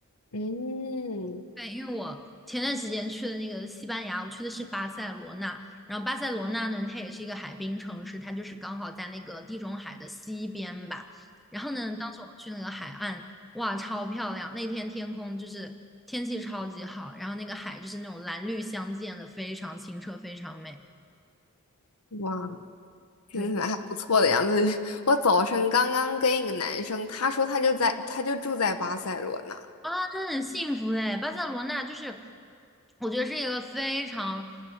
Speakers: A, on the left; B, in the centre.
A: 嗯，
B: 对，因为我前段时间去的那个西班牙，我去的是巴塞罗那。然后巴塞罗那呢，它也是一个海滨城市，它就是刚好在那个地中海的西边吧。然后呢，当时我们去那个海岸，哇，超漂亮！那天天空就是天气超级好，然后那个海就是那种蓝绿相间的，非常清澈，非常美。
A: 哇，听起来还不错的样子。
B: 对。
A: <laughs> 我早上刚刚跟一个男生，他说他就在，他就住在巴塞罗那，
B: 啊，那很幸福哎！巴塞罗那就是，我觉得是一个非常